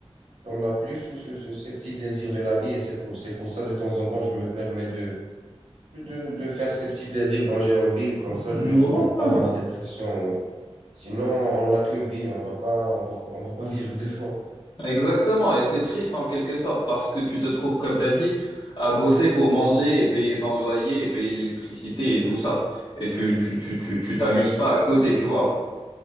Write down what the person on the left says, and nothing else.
Ouais,
exactement. Et c'est triste en quelque sorte parce que tu te trouves, comme tu as dit, à bosser pour manger et payer ton loyer et payer l'électricité et tout ça. Et tu, tu, tu, tu, tu t'amuses pas à côté, tu vois.